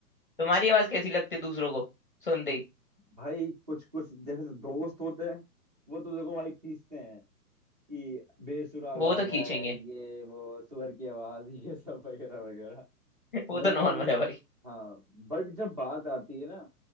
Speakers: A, on the left; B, on the right.
A: तुम्हारी आवाज कैसी लगती है दूसरों को सुनते ही
B: भाई कुछ कुछ जैसे दोस्त होते हैं वो तो देखो भाई खींचते हैं कि बेसुरा
A: वो
B: गा
A: तो
B: रहा
A: खींचेंगे
B: है
A: <laughs>
B: ये वो सुअर की आवाज <laughs> ये सब वगैरह वगैरह।
A: वो
B: मगर
A: तो नॉर्मल है भाई
B: हाँ बट जब बात आती है ना